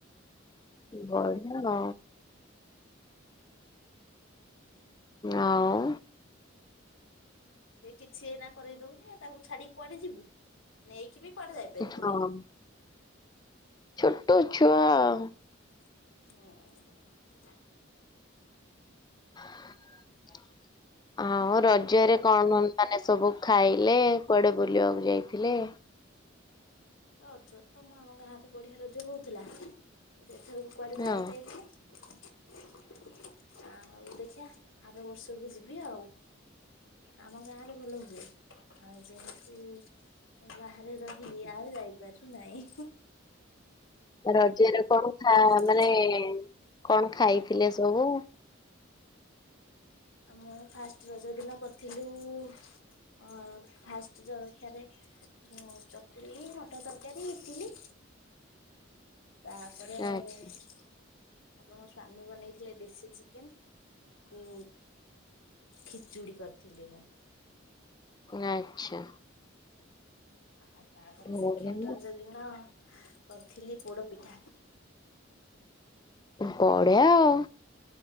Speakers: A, on the left; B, on the left.
A: ବଢ଼ିଆ। ଆଉ।
B: ସେ କିଛି ଏଇନା କରେଇ ଦଉନି ତାକୁ ଛାଡିି କୁଆଡ଼େ ଯିବୁ ନେଇକି ବି କୁଆଡ଼େ ଯାଇପାରିବୁନି।
A: ହଁ ଛୋଟ ଛୁଆ ଆଉ।
B: ହଁ।
A: <inaudible> ଆଉ ରଜରେ କଣ କଣ ମାନେ ସବୁ ଖାଇଲେ କୁଆଡେ ବୁଲିବାକୁ ଯାଇଥିଲେ।
B: ରଜ ତ ମୁଁ ଆମ ଗାଁ ରେ ବଢିଆ ରଜ ହେଉଥିଲା ଏଥର ମୁଁ କୁଆଡେ
A: ହଁ
B: ଯାଇପାରିଲିନି। <inaudible> ଆଉ ଦେଖିବା ଆର ବର୍ଷକୁ ଯିବି ଆଉ। ଆମ ଗାଁ ରେ ଭଲ ହୁଏ। ଆଉ ଯେହେତୁ ବାହାରେ ରହିଲି ଆଉ ଯାଇପାରୁନାହିଁ।
A: ରଜରେ କଣ ଖା
B: ନଥିଲା
A: ମାନେ। କଣ ଖାଇଥିଲେ ସବୁ?
B: ଆମ ଫାର୍ଷ୍ଟ ରଜ ଦିନ କରିଥିଲୁ। ଅ ଫାର୍ଷ୍ଟ ଜଳଖିଆ ରେ ଅ ଚକୁଳି ମଟର ତରକାରୀ ଇଟିଲି। ତାପରେ।
A: ଆଚ୍ଛା
B: ତାପରେ ମୋ ସ୍ଵାମୀ ବନେଇଥିଲେ ଦେଶୀ ଚିକେନ କୁ। ଖିଚୁଡି କରିଥିଲି ମୁଁ।
A: ଆଚ୍ଛା।
B: ଆଉ ତାପରେ ସେକେଣ୍ଡ
A: ବଢିଆ
B: ରଜ ଦିନ। କରିଥିଲି ପୋଡ ପିଠା।
A: ବଢିଆ ଆଉ।